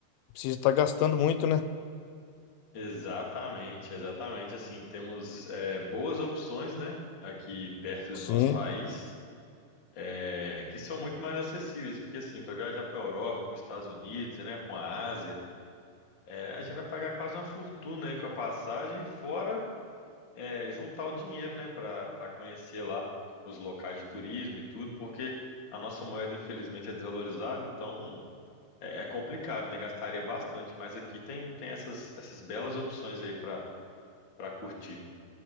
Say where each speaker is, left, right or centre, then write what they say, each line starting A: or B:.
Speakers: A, on the left (about 85°); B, on the left (about 45°).
A: precisa estar gastando muito, né?
B: Exatamente, exatamente. Assim, temos é, boas opções, né, aqui perto do
A: Sim,
B: nosso país, é, que são muito mais acessíveis, porque assim, para viajar para a Europa, para os Estados Unidos, né, para a Ásia, é, a gente vai pagar quase uma fortuna aí com a passagem, fora é, juntar o dinheiro, né, para para conhecer lá os locais de turismo e tudo, porque a nossa moeda, infelizmente, é desvalorizada, então É, é complicado, né? Gastaria bastante, mas aqui tem, tem essas, essas belas opções aí para para curtir.